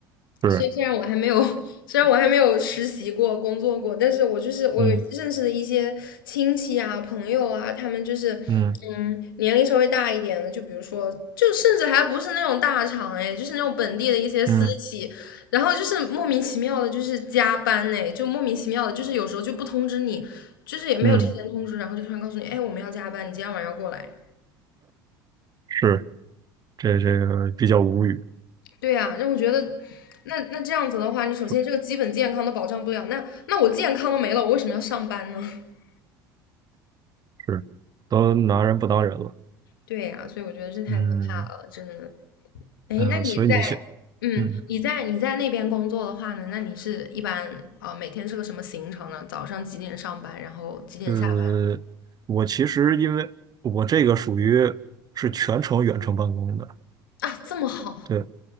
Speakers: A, on the right; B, on the left.
A: 是，
B: 所以虽然我还没有，<laughs> 虽然我还没有实习过、工作过，但是我就是我有认识的一些亲戚啊、
A: 嗯
B: 朋友啊，他们就是，
A: 嗯
B: 嗯，年龄稍微大一点的，就比如说，就甚至还不是那种大厂哎，就是那种本地的一些私企，
A: 嗯
B: 然后就是莫名其妙的，就是加班哎，就莫名其妙的，就是有时候就不通知你，就是也没有提前通知，
A: 嗯，
B: 然后就突然告诉你，哎，我们要加班，你今天晚上要过来，
A: 是，这这个比较无语，
B: 对呀，让我觉得，那那这样子的话，你首先这个基本健康都保障不了，
A: 就
B: 那那我健康都没了，我为什么要上班呢？<laughs>
A: 是都拿人不当人了。
B: 对呀，所以我觉得这太可怕了，
A: 嗯
B: 真的。哎，
A: 啊，
B: 那你在，
A: 所以你想，
B: 嗯，
A: 嗯
B: 你在你在那边工作的话呢，那你是一般啊，呃每天是个什么行程呢？早上几点上班，然后几点下班？
A: 呃，我其实因为我这个属于是全程远程办公的。
B: 啊，这么好，
A: 对，